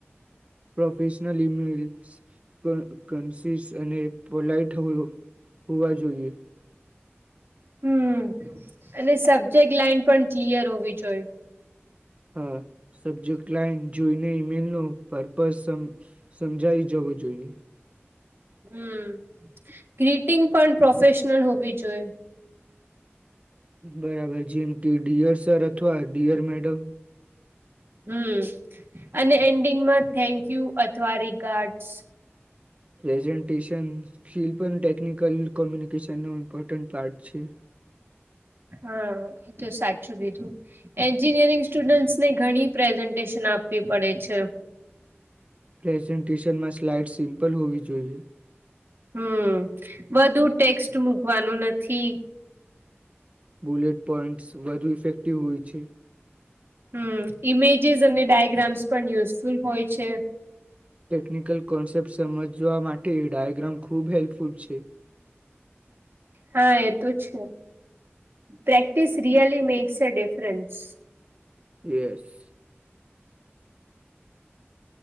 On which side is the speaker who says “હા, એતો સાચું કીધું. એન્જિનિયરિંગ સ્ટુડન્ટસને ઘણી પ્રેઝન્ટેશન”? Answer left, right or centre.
Right